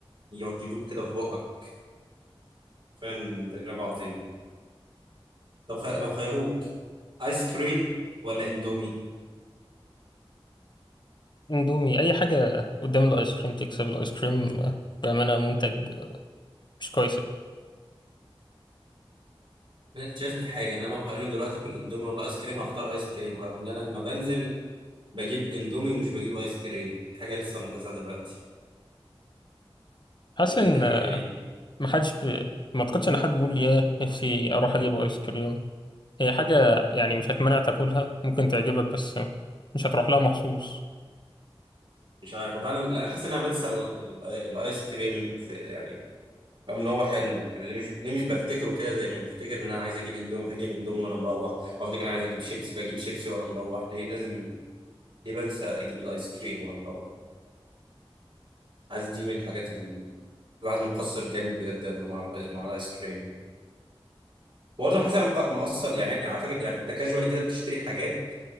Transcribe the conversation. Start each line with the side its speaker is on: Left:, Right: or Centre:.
Right: يقعد يدوب كده في بقك فعلا تجربة عظيمة لو خ... لو خيروك ايس كريم ولا اندومي
Left: اندومي أي حاجة قدام الآيس كريم تكسب الآيس كريم آه، بأمانة منتج آه، مش كويس
Right: انا اكتشفت حاجة ان انا لو خيروني دلوقتي اكل اندومي ولا ايس كريم هختار ايس كريم رغم ان انا لما بنزل بجيب اندومي ومش بجيب ايس كريم دي حاجة لسه ملاحظها دلوقتي
Left: حاسس
Right: يعني بجد
Left: إن
Right: حاجة
Left: آه،
Right: غريبة
Left: محدش بي- ما أعتقدش إن حد بيقول لي ياه نفسي أروح أجيب آيس كريم هي حاجة يعني مش هتمنع تاكلها ممكن تعجبك بس مش هتروح لها مخصوص
Right: مش عارف فعلا لا حاسس ان انا بنسى ال... ال... الايس كريم في يعني رغم ان هو حلو انا ليه مش ليه مش بفتكره كده زي ما بفتكر ان انا عايز اجيب اندومي فاجيب اندومي وانا مروح او افتكر انا عايز اجيب شيبسي فاجيب شيبسي وانا مروح ليه لازم ليه بنسى اجيب الايس كريم وانا مروح عايز دي من الحاجات اللي الواحد مقصر جامد بجد يا برو مع, مع الايس كريم برضه حاسس أنا مق- مقصر يعني على فكره يعني انت كاجوالي كده بتشتري حاجات